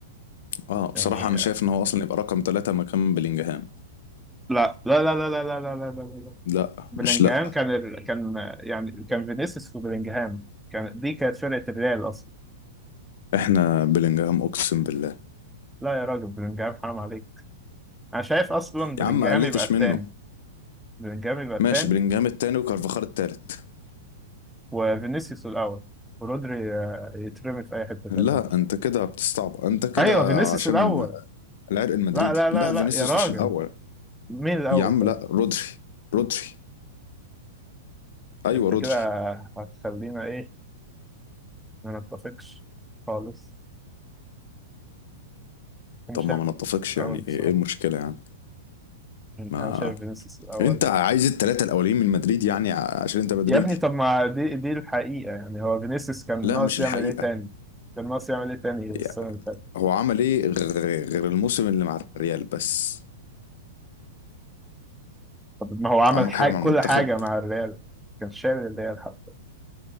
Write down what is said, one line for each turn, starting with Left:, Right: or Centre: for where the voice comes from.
Left: اه بصراحة
Centre: يعني
Left: أنا
Centre: آه،
Left: شايف إن هو أصلا يبقى رقم ثلاثة مكان بلينجهام
Centre: لا لا لا لا لا لا لا لا لا لا
Left: لا
Centre: بلينجهام
Left: مش لا
Centre: كان ال... كان آه، يعني كان فينيسيوس وبلينجهام كان دي كانت فرقة الريال اصلا
Left: إحنا بلينجهام أقسم بالله
Centre: لا يا راجل بلينجهام حرام عليك انا شايف اصلا بلينجهام
Left: يا عم ما قلتش
Centre: يبقى التاني
Left: منه
Centre: بلينجهام يبقى التاني
Left: ماشي بلينجهام التاني وكارفاخال التالت
Centre: وفينيسيوس الأول ورودري آه، يترمي في أي حتة تانية
Left: لا
Centre: مش
Left: أنت
Centre: عارف
Left: كده بتستعبط أنت كده
Centre: أيوه فينيسيوس
Left: عشان
Centre: الأول
Left: العرق المدريدي
Centre: لا لا لا
Left: لا
Centre: لا
Left: فينيسيوس
Centre: يا راجل
Left: مش الأول
Centre: مين الأول
Left: يا عم
Centre: طيب
Left: لا رودري رودري ايوه
Centre: أنت كده
Left: رودري
Centre: هتخلينا إيه ما نتفقش خالص أنا
Left: طب
Centre: شايف
Left: ما ما نتفقش
Centre: الأول
Left: يعني
Centre: بصراحة
Left: ايه إيه المشكله يعني ما
Centre: أنا شايف فينيسيوس الأول
Left: انت عايز الثلاثه الاولين من مدريد يعني ع- عشان انت مدريدي
Centre: يا ابني طب ما دي دي الحقيقة يعني هو فينيسيوس كان
Left: لا
Centre: ناقص
Left: مش
Centre: يعمل
Left: الحقيقه
Centre: إيه تاني كان ناقص يعمل إيه تاني
Left: يعني
Centre: السنة اللي فاتت
Left: هو عمل ايه غ- غير الموسم اللي مع الريال بس
Centre: طب ما هو عمل
Left: عمل
Centre: حاجة
Left: حاجه مع
Centre: كل
Left: المنتخب
Centre: حاجة مع الريال كان شايل الريال حتى